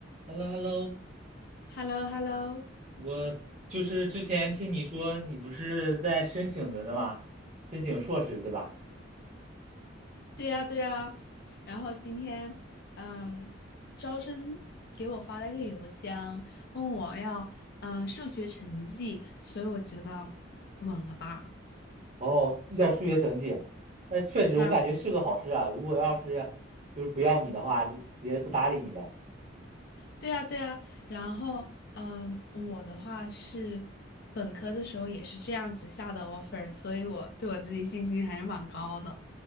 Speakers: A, on the right; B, on the left.
A: h e l l o h e l l o
B: h e l l o h e l l o
A: 我就是之前听你说你不是在申请着的吗？申请硕士对吧？
B: 对呀，对呀。然后今天，嗯，招生给我发了一个邮箱，问我要，嗯、数学成绩，所以我觉得稳了吧？
A: 哦，要数学成绩啊那确实我感觉是个好事啊。
B: 然
A: 如果要是就是不要你的话，就直接不搭理你呗。
B: 对呀，对呀。然后，嗯，我的话是本科的时候也是这样子下的 offer，所以我对我自己信心还是蛮高的。